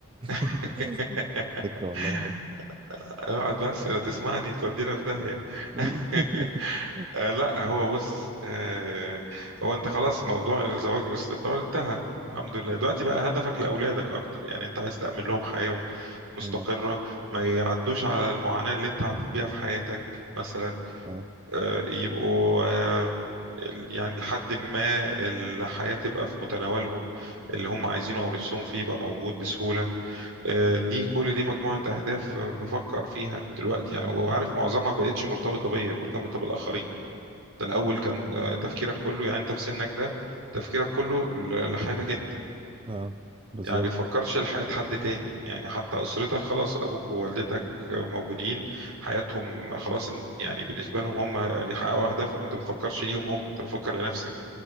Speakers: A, on the right (about 85°); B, on the right (about 25°).
A: <laughs>
B: <laughs> فكرة والله حلوة
A: اقعد بس لا تسمعني تودينا في داهية
B: <laughs>
A: <laughs> آه، لا هو بص آه، هو انت خلاص موضوع الزواج باستقرار انتهى الحمد لله دلوقتي بقى هدفك لأولادك أكتر يعني أنت عايز تأمن لهم حياة مستقرة
B: مم.
A: ما يعدوش على المعاناة اللي أنت عديت بيها في حياتك مثلا
B: اه
A: آه، يبقوا آم، ال- يعني لحد ما الحياة تبقى في متناولهم اللي هم عايزينه أو نفسهم فيه يبقى موجود بسهولة آه، دي كل دي مجموعة أهداف آه، بفكر فيها دلوقتي يعني وعارف معظمها ما بقتش مرتبطة بيا مرتبطة بالآخرين ده الأول كان آه، تفكيرك كله يعني أنت في سنك ده تفكيرك كله ل- لحياتك أنت
B: اه بالظبط
A: يعني ما بتفكرش لحياة حد تاني يعني حتى أسرتك خلاص أبوك ووالدتك آه، موجودين حياتهم خلاص إن- يعني بالنسبة لهم هم يحققوا أهدافهم أنت ما بتفكرش ليهم هم أنت بتفكر لنفسك